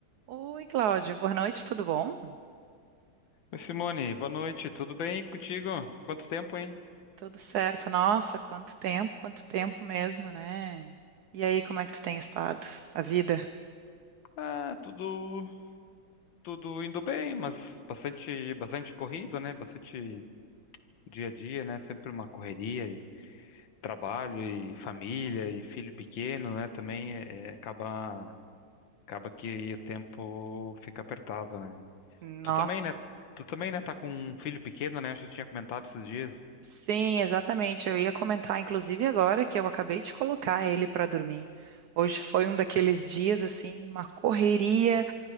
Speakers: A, on the right (about 65°); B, on the left (about 70°).
A: Oi, Cláudio, boa noite, tudo bom?
B: Oi, Simone, boa noite, tudo bem contigo? Quanto tempo, hein?
A: Tudo certo, nossa, quanto tempo, quanto tempo mesmo, né? E aí, como é que tu tem estado? A vida?
B: Ah, tudo, tudo indo bem, mas bastante, bastante corrido, né? Bastante dia a dia, né? Sempre uma correria e trabalho e família e filho pequeno, né? Também é, acaba, acaba que o tempo fica apertado, né?
A: Nossa.
B: Tu também, né? Tu também, né? Tá com um filho pequeno, né? Acho que eu tinha comentado esses dias.
A: Sim, exatamente. Eu ia comentar, inclusive, agora que eu acabei de colocar ele para dormir. Hoje foi um daqueles dias, assim, uma correria.